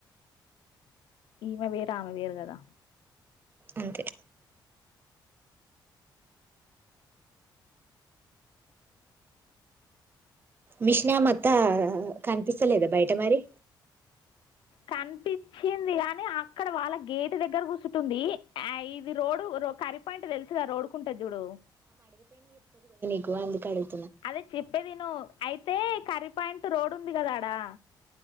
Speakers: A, on the left; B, on the right.
A: ఈమె వేరు ఆమె వేరు గదా
B: అంతే మిషిన మత్తా కనిపిస్తలేదా బయట మరి
A: కనిపించింది గాని అక్కడ వాళ్ళ గేటు దగ్గర కూసుటుంది ఆ ఇది రోడ్ రొ కరిపాయింట్ తెలుసుగా రోడ్కుంట చూడు
B: వందికడి
A: అదే చెప్పేదిను అయితే కరిపాయింట్ టు రోడ్డు ఉంది కదా ఆడా